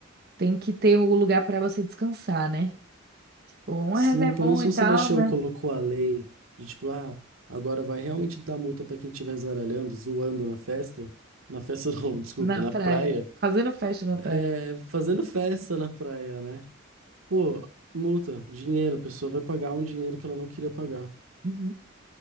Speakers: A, on the right; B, on the right.
A: tem que ter o lugar para você descansar, né? Tipo, uma
B: Sim,
A: resenha é
B: quando
A: bom
B: o São
A: e tal,
B: Sebastião
A: né?
B: colocou a lei de tipo, ah, agora vai realmente dar multa pra quem estiver zaralhando, zoando na festa, na festa <laughs> não, desculpa,
A: Na
B: na praia,
A: praia. Fazendo festa na praia.
B: é, fazendo festa na praia, né? Pô, multa, dinheiro, a pessoa vai pagar um dinheiro que ela não queria pagar.
A: Uhum.